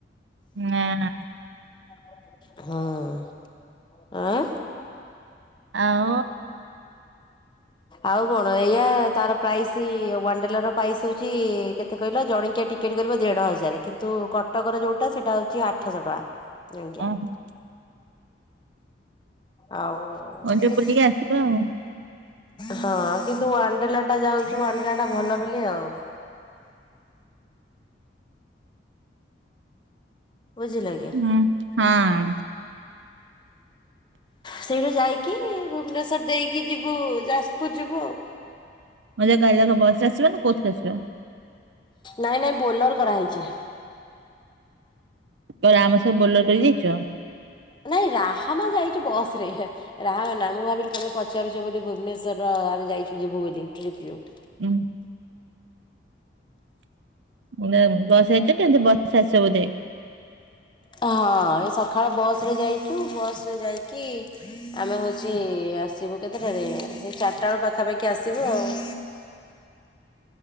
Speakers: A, on the right; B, on the left.
A: ନାଁ ନାଁ।
B: ହଁ।
A: ଆଉ।
B: ଆଉ କଣ? ଏଇଆ, ତାର ପ୍ରାଇସ୍। ସେ ୱାଣ୍ଡ୍ରେଲାର ପ୍ରାଇସ୍ ହେଉଛି, କେତେ କହିଲ ଜଣିକିଆ ଟିକେଟ୍ କରିବ ଦେଢ ହଜାର କିନ୍ତୁ କ କଟକରେ ଯଉଁଟା ସେଇଟା ହଉଛି ଆଠଶହ ଟଙ୍କା।
A: ଓହୋ
B: ଆଉ।
A: ହଁ, ଟିକେ
B: କି
A: ବୁଲିକି ଆସିବେ ଆଉ।
B: ହଁ କିନ୍ତୁ ୱାଣ୍ଡ୍ରେଲା ଟା ଯାଉଛୁ ୱାଣ୍ଡ୍ରେଲାଟା ଭଲ ବିଲି ଆଉ। ବୁଝିଲେ ଆଜ୍ଞା।
A: ହୁଁ, ହଁ।
B: ସେଇଟା ଯାଇକି ଭୁବନେଶ୍ଵର ଦେଇକି ଯିବୁ ଯାଜପୁର ଯିବୁ।
A: ମୁଁ କଇଲି କାଲି ଆମ ବସରେ ଆସିବ, ନା କୋଉଥିରେ ଆସିବ।
B: ନାଇଁ ନାଇଁ ବୋଲର କରା ହେଇଛି।
A: ତଳେ ଆମ ସବୁ ବୋଲର ଦେଇ ଦେଇଚ।
B: ନାଇଁ, ରାହାମା ଯାଇଚି ବସରେ। ହେ। ରାହାମା। ନା, ମୁଁ ଭାବିଲି ତମେ ପଚାରୁଛ ବୋଲି ଭୁବନେଶ୍ଵର ଆମେ ଯାଇଛୁ ଯିବୁ ବୋଲି ଟ୍ରିପ୍ ରୁ। <inaudible>
A: ଉଁ ମାନେ ବସରେ ଯାଇଛ ଟି। ବସରେ ଆସିବ ବୋଧ।
B: ହଁ ଏ ସକାଳ ବସରେ ଯାଇଛୁ। ବସରେ ଯାଇକି ଆମେ ହଉଚି, ଆସିବୁ କେତେଟା ବେଳେ ସେଇ ଚାରିଟା ପାଖାପାଖି ଆସିବୁ ଆଉ।